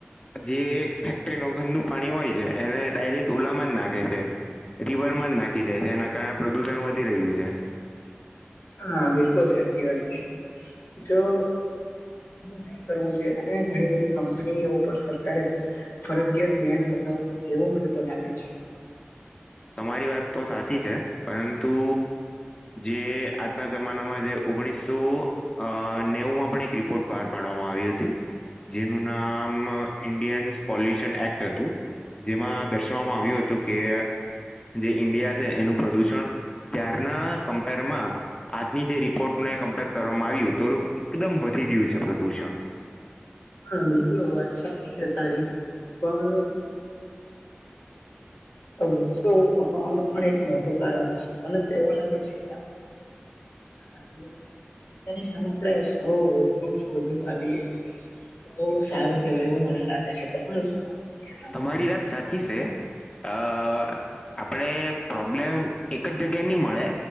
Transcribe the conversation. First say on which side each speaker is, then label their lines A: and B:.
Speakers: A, on the left; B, on the left.
A: જે ફેક્ટરી ન ગંદુ પાણી હોય છે એને ડાયરેક્ટ ઉલામાં જ નાખે છે. રિવરમાં જ નાખી દે છે એના કારણે પ્રદુષણ વધી રહ્યું છે.
B: હા બિલકુલ સાચી વાત છે તો નહી કરવું જોઈએ અને ઘણી બધી કંપનીઓ પર સરકારે ફરજયાત બેન લગાવવું એવું મને તો લાગે છે.
A: તમારી વાત તો સાચી છે પરંતુ જે આજના જમાનામાં જે ઓગણીસો અ નેવુંમાં પણ એક રિપોર્ટ બહાર પાડવામાં આવી હતી. જેનું નામ ઇન્ડિયન્સ પોલ્યુશન એક્ટ હતું. જેમાં દર્શાવવામાં આવ્યું હતું કે. જે ઈન્ડિયા છે, એનું પ્રદુષણ ત્યારના કમ્પેરમાં આજની જે રિપોર્ટને કમ્પેર કરવામાં આવ્યું તો એકદમ વધી ગયું છે પ્રદૂષણ
B: હા બિલકુલ હ વાત સાચી છે, તારી પણ આ વૃક્ષો કપાવાનું પણ એક મોટું કારણ છે મને તો એવું લાગે છે કે આપ <inaudible> તો તેની સામે આપડે સૌ વૃક્ષ વધુ આવીએે. તો બહું સારું કેવાય એવું મને લાગે છે તમારું શું માનવું છે?
A: તમારી
B: પર?
A: વાત સાચી છે અ આપડે પ્રોબ્લેમ એક જ જગ્યા ની મળે.